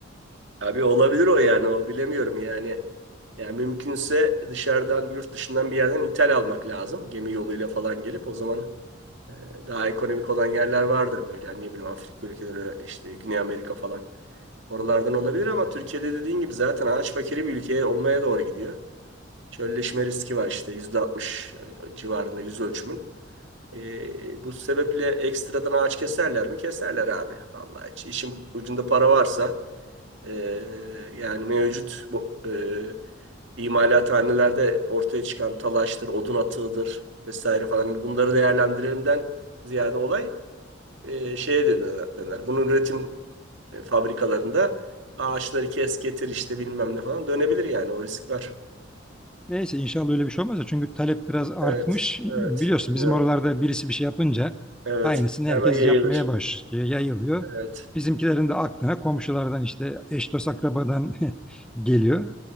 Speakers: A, on the right (about 65°); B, in the centre.
A: Abi olabilir o yani o bilemiyorum yani. Yani mümkünse dışarıdan yurt dışından bir yerden ithal almak lazım. Gemi yoluyla falan gelip o zaman e, daha ekonomik olan yerler vardır böyle. Yani ne bileyim Afrika ülkeleri işte Güney Amerika falan. Oralardan olabilir ama Türkiye'de dediğin gibi zaten ağaç fakiri bir ülke olmaya doğru gidiyor. Çölleşme riski var işte %60 civarında yüz ölçümün. Ee, bu sebeple ekstradan ağaç keserler mi? Keserler abi. Vallahi hiç işin ucunda para varsa ee, yani mevcut bu ee, imalathanelerde ortaya çıkan talaştır, odun atığıdır vesaire falan Hani bunları değerlendirelimden ziyade olay ee, şeye döner. döner. Bunun üretim e, fabrikalarında ağaçları kes getir işte bilmem ne falan dönebilir yani o risk var.
B: Neyse inşallah öyle bir şey olmaz da çünkü talep biraz artmış.
A: Evet, evet
B: Biliyorsun
A: anlıyorum.
B: bizim oralarda birisi bir şey yapınca
A: Evet,
B: aynısını
A: hemen
B: herkes
A: yayılır.
B: yapmaya başlıyor, yayılıyor.
A: Evet,
B: Bizimkilerin de aklına komşulardan işte eş dost akrabadan <laughs> geliyor.